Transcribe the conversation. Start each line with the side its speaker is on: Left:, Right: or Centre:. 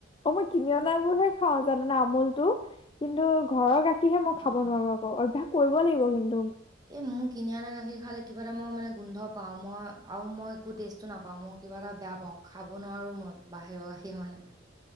Left: অ মই কিনি অনাবোৰ হে খাও জানানে আমুল টো কিন্তু ঘৰৰ গাখী কিহে মই
Right: অ
Left: খাব নোৱাৰো আকৌ অভ্যাস কৰিব লাগিব কিন্তু।
Right: এ মোৰ কিনি আনা গাখীৰ খালে কিবা এটা মই মানে গোন্ধ পাও মই আৰু মই একো টেষ্টো নাপাও মোৰ কিবা এটা বেয়া পাওঁ খাব নোৱাৰো মই বাহিৰৰ কাষি মানে